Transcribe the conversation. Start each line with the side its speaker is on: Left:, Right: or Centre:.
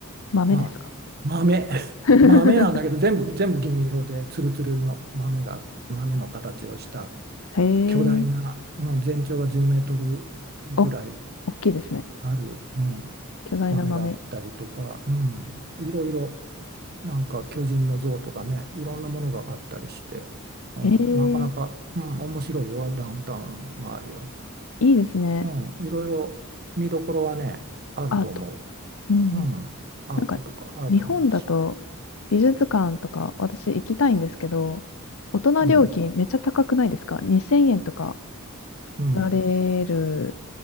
Left: 豆ですか
Right: まあ、豆、<laughs>
Left: <laughs>
Right: 豆なんだけど、全部、全部銀色で、ツルツルの豆が、豆の形をした
Left: へ
Right: 巨大な、
Left: ー、
Right: うん、全長が10メートルぐらい
Left: お、大きいですね。
Right: ある、うん、
Left: 巨大な豆。
Right: 豆があったりとか、うん、いろいろ、なんか巨人の像とかね、いろんなものがあったりして、うん、
Left: へー、
Right: なかなか、うん、面白いよ、ダウンタウンの周りは。
Left: いいですね。
Right: うん、いろいろ見どころはね、あると思
Left: アート。うん
Right: う。うん、アートとか、
Left: なんか
Right: アートの街。
Left: 日本だと美術館とか私行きたいんですけど、大人料金めっちゃ高くないですか
Right: うん
Left: ?2000 円とか
Right: うん、
Left: 取られる